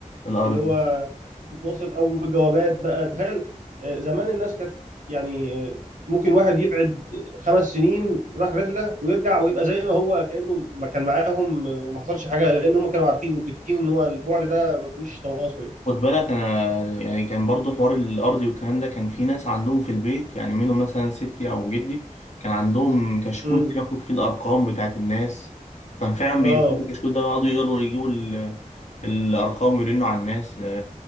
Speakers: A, on the left; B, on the right.
A: الارض
B: اللي هو متواصل او جوابات بقى تخيل آه، زمان الناس كانت يعني آه، ممكن واحد يبعد خمس سنين راح رحله ويرجع ويبقى زي ما هو كانه ما كان معاهم آه، وما حصلش حاجه لان هم كانوا عارفين مدركين ان هو البعد ده ما فيهوش تواصل يعني
A: خد بالك انا يعني كان برضو حوار الارضي والكلام ده كان في ناس عندهم في البيت يعني منهم مثلا ستي او جدي كان عندهم كشكول
B: امم
A: كده مكتوب فيه الارقام بتاعت الناس كان فعلا بيمسكوا
B: اه
A: الكشكول ده ويقعدوا يقروا يجيبوا ال- الارقام ويرنوا على الناس